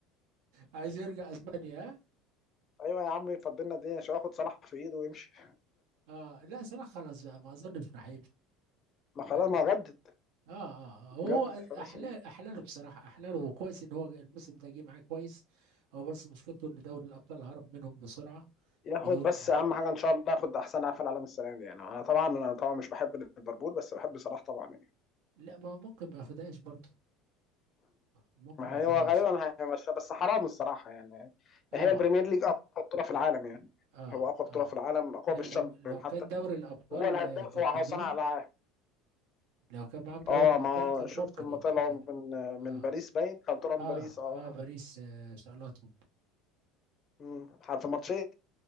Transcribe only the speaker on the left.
ايوه يا عم فضلنا الدنيا شويه ياخد صلاح في ايده ويمشي
ما خلاص
ما هو جدد
جدد
خلاص
ياخد
بس اهم حاجه ان شاء الله ياخد احسن لاعب في العالم السنه دي يعني انا طبعا انا طبعا مش بحب ليفربول بس بحب صلاح طبعا يعني
ما
هو غالبا هيمشي بس حرام الصراحه يعني
هي البريمير ليج اقوى بطوله في العالم يعني
هو اقوى بطوله
في العالم اقوى
بالشامبيون
حتى
هو الهداف
هو
هو صانع
العاب
اه
ما
شفت
لما
طلعوا
من
من باريس باين كان طلعوا
من باريس اه
أمم. في ماتشين